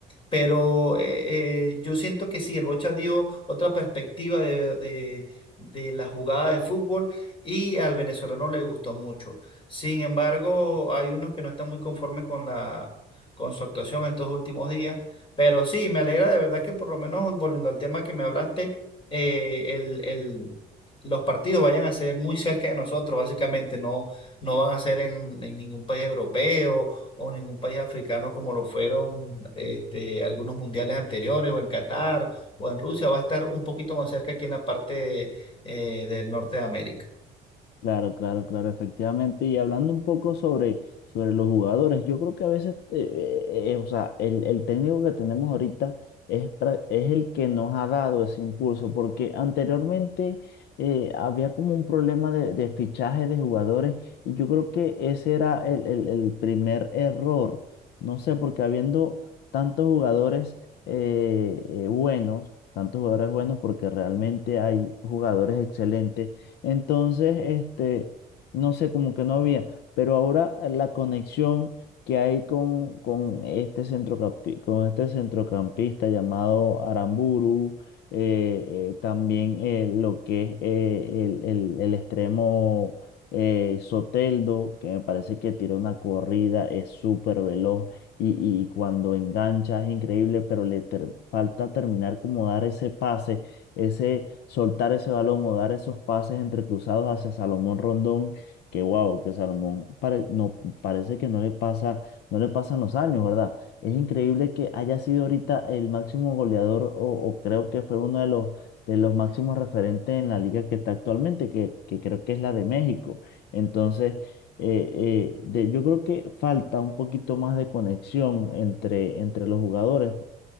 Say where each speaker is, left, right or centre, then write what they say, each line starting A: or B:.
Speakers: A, on the left; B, on the left.
A: Pero eh, eh, yo siento que sí, el Bocha dio otra perspectiva de, de- de la jugada de fútbol y al venezolano le gustó mucho. Sin embargo, hay unos que no están muy conformes con la, con su actuación estos últimos días. Pero sí, me alegra de verdad que por lo menos volviendo al tema que me hablaste, eh, el, el- los partidos vayan a ser muy cerca de nosotros, básicamente, no, no van a ser en, en ningún país europeo o ningún país africano como lo fueron este, algunos mundiales anteriores, o en Qatar, o en Rusia, va a estar un poquito más cerca aquí en la parte eh, del norte de América.
B: Claro, claro, claro, efectivamente. Y hablando un poco sobre, sobre los jugadores, yo creo que a veces, eh, eh, o sea, el, el técnico que tenemos ahorita es, pra- es el que nos ha dado ese impulso, porque anteriormente eh, había como un problema de, de fichaje de jugadores y yo creo que ese era el, el- el primer error. No sé, porque habiendo tantos jugadores eh, eh, buenos, tantos jugadores buenos, porque realmente hay jugadores excelentes entonces, este, no sé, como que no había, pero ahora eh, la conexión que hay con, con este centrocampi- con este centrocampista llamado Aramburu, eh, eh, también eh, lo que es eh, el, el- el extremo eh, Soteldo, que me parece que tira una corrida, es súper veloz y, y cuando engancha es increíble, pero le ter- falta terminar como dar ese pase ese soltar ese balón o dar esos pases entrecruzados hacia Salomón Rondón, que wow, que Salomón pare- no, parece que no le pasa, no le pasan los años, ¿verdad? Es increíble que haya sido ahorita el máximo goleador o, o creo que fue uno de los, de los máximos referentes en la liga que está actualmente, que, que creo que es la de México. Entonces, eh, eh, de- yo creo que falta un poquito más de conexión entre, entre los jugadores